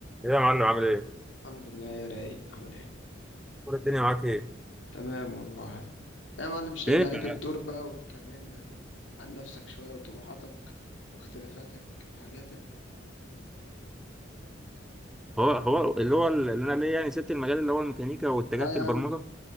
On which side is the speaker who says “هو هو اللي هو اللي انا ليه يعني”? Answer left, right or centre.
Centre